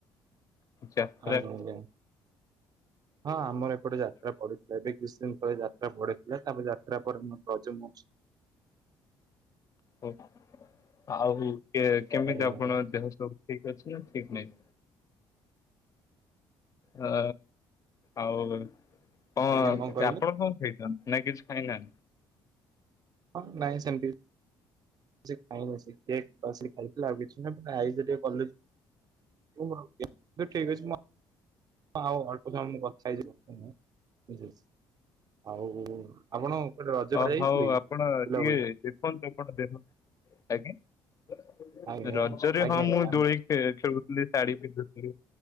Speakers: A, on the left; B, on the right.
A: ଯାତ୍ରା
B: ଆଜ୍ଞା। ଆଜ୍ଞା। ହଁ ଆମର ଏପଟେ ଯାତ୍ରା ପଡିୁଥିଲା, ଏ ବି ବିଶଙ୍ଖଳ ଯାତ୍ରା ପଢଥିଲା ତାପରେ ଯାତ୍ରା ପରେ ମୁୋର ରଜମ ଅଛି <unintelligible>
A: ହ ଆଉ କେମିତି
B: ଆଜ୍ଞା
A: ଆପଣ
B: ଆଜ୍ଞା
A: ଦେହ ସବୁ ଠିକ ଅଛି ନା ଠିକ ନାହିଁ? ହ ଆଉ କଣ,
B: ଆଜ୍ଞା କଣ କହିଲେ?
A: ଆପଣ କଣ ଖାଇଛନ୍ତି? ନକି ଖାଇନା?
B: ହଁ ନାଇ ସେମିତି କିଛି ଖାଇନି ସେ କେକ୍ ବାସ ଖାଇଥିଲା ଆଉ କିଛି ନାହିଁ ଯ ଟ କ <unintelligible> ଠିକ ଅଛି । ହଁଉ ଅଳ୍ପ ସମ କ <unintelligible> ଛାଇ ବଝ ଆଉ ଆପଣ ରଜ କୁଆଡେ
A: ଅ
B: ଯାଇଥିଲେ
A: ହଉ
B: କି?
A: ଆପଣ
B: ବୁଲାବୁଲି
A: ଟିକେ ଦେଖନ୍ତୁ ଆପଣ ଦେଖନ୍ତୁ ଆଜ୍ଞା
B: ଆଜ୍ଞା ଆଜ୍ଞା
A: ରଜରେ ହଁ
B: ଆଜ୍ଞା
A: ମୁଁ ଦୋଳି ଖେଳୁଥିଲି, ଶାଢୀ ପିନ୍ଧୁଥିଲି